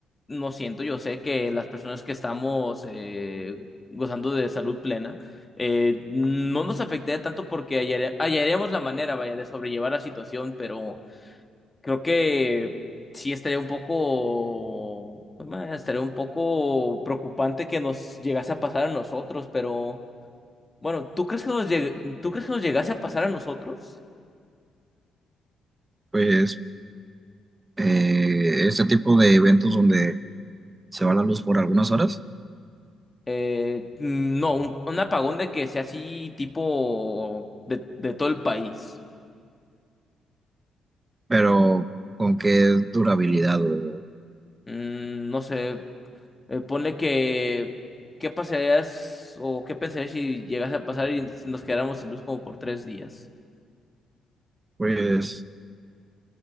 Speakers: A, on the left; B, on the right.
A: no siento, yo sé que las personas que estamos eh, gozando de salud plena, eh, no nos afectaría tanto porque hallaría- hallaríamos la manera, vaya, de sobrellevar la situación, pero Creo que sí estaría un poco, ma, estaría un poco preocupante que nos llegase a pasar a nosotros, pero bueno, ¿tú crees que nos llegue- ¿tú crees que nos llegase a pasar a nosotros?
B: Pues eh, este tipo de eventos donde se va la luz por algunas horas,
A: Eh, no, un, un apagón de que sea así tipo de, de todo el país.
B: pero con qué durabilidad o
A: Mm, no sé, eh, ponle que, ¿qué pasarías o qué pensarías si llegase a pasar y nos quedáramos sin luz como por tres días?
B: pues,